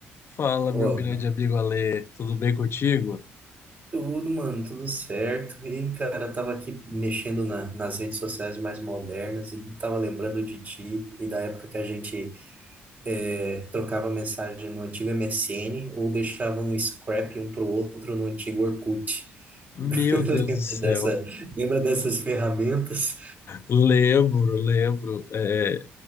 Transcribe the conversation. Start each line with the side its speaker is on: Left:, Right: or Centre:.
Left: Fala,
Right: Olá,
Left: meu grande amigo Ale, tudo bem contigo?
Right: tudo, mano, tudo certo. E, cara, eu tava aqui mexendo na- nas redes sociais mais modernas e tava lembrando de ti e da época que a gente eh, trocava mensagem no antigo MSN ou deixava um scrap um pro outro no antigo Orkut.
Left: Meu
Right: <laughs>
Left: Deus
Right: Lembra
Left: do céu,
Right: dessa, lembra dessas ferramentas?
Left: lembro, lembro. é,